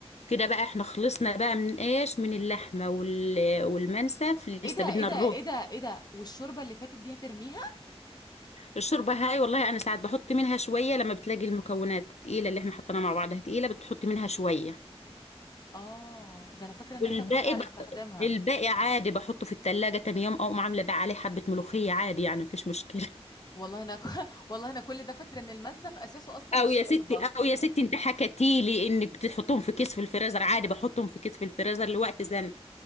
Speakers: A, on the left (about 80°); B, on the left (about 40°).
A: كده بقى احنا خلصنا بقى من ايش من اللحمة وال... والمنسف لسه
B: ايه ده
A: بدنا
B: ايه ده
A: الرز
B: ايه ده ايه ده والشوربة اللي فاتت دي هترميها
A: الشوربة هاي والله أنا ساعات بحط منها شوية لما بتلاقي المكونات تقيلة اللي احنا حطيناها مع بعضها تقيلة بتحط منها شوية
B: اه ده انا فاكرة ان
A: والباقي
B: احنا كنا هنستخدمها
A: الباقي عادي بحطه في التلاجة تاني يوم اقوم عاملة بقى عليه حبة ملوخية عادي يعني مفيش مشكلة
B: والله انا ك... <laughs> والله انا كل ده فاكرة ان المنسف اساسه
A: <laughs>
B: اصلا
A: او
B: الشوربة
A: يا ستي او يا ستي انت حكتي لي انك بتحطهم في كيس في الفريزر عادي بحطهم في كيس في الفريزر لوقت زنقة